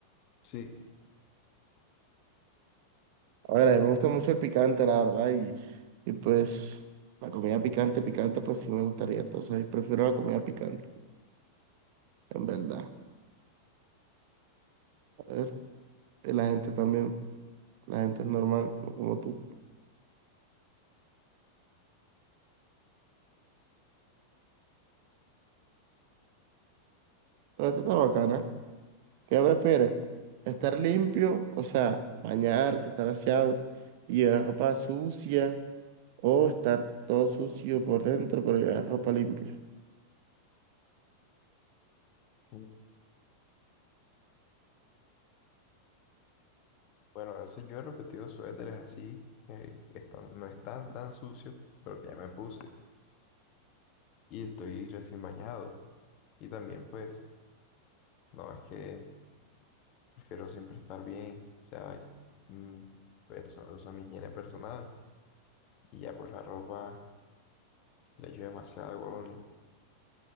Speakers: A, on the left (about 40°); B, on the right (about 45°).
A: Sí.
B: A ver, a mí me gusta mucho el picante, la verdad, y, y pues la comida picante, picante, pues sí me gustaría. Entonces, prefiero la comida picante, en verdad. A ver, y la gente también, la gente es normal, no como tú. Pero tú estás bacana. ¿Qué prefieres? ¿Estar limpio, o sea, bañarte, estar aseado y llevar ropa sucia o estar todo sucio por dentro pero llevar ropa limpia?
A: Mm, Bueno, a veces yo he repetido suéteres así, eh, están, no están tan sucios, pero que ya me puse. y estoy recién bañado. Y también, pues, no, es que prefiero siempre estar bien, o sea, mm, perso- o sea, mi higiene personal y ya, pues, la ropa le echo demasiada colonia.